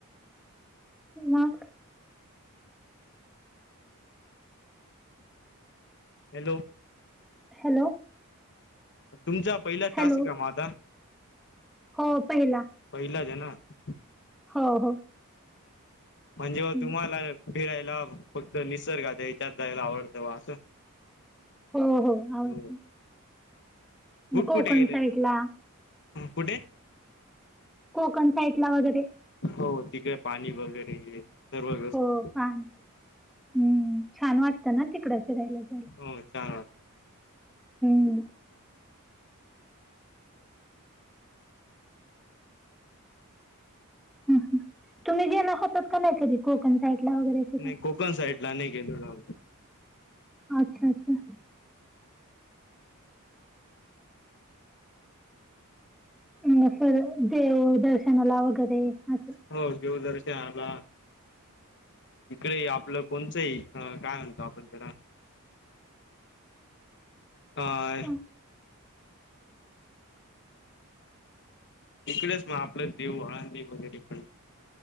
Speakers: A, in the centre; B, on the left.
A: मग?
B: हॅलो,
A: हॅलो,
B: तुमचा पहिला
A: हॅलो
B: टास्क का मग आता?
A: हो पहिला.
B: पहिला. <inaudible>
A: हो हो.
B: म्हणजे
A: हं.
B: तुम्हाला फिरायला फक्त निसर्गात इच्यात यायला आवडतं वा असं.
A: हो, आवडतं.
B: हो कुठ
A: कोकण
B: कुठे गेले?
A: साईडला
B: कुठे?
A: कोकन साईड ला वगैरे.
B: हो तिकडे पाणी वगैरे सर्व व्यवस्थित
A: हो पाणी हम्म छान वाटतं ना तिकडं फिरायला जायला.
B: हो <inaudible>
A: हम्म. हं, तुम्ही जेला होतात का नाही कधी कोकण साईडला वगैरे? फिराय?
B: नाही कोकन साइट ला नाही <inaudible>
A: अच्छा अच्छा ह सर देव दर्शनला वैगेरे अस
B: हो देवदर्शनला इकडे आपलं कोणतंही काय म्हणतो आपण त्याला. ह.
A: हं.
B: इकडेच मग आपलं देव आळनी वगैरे पण.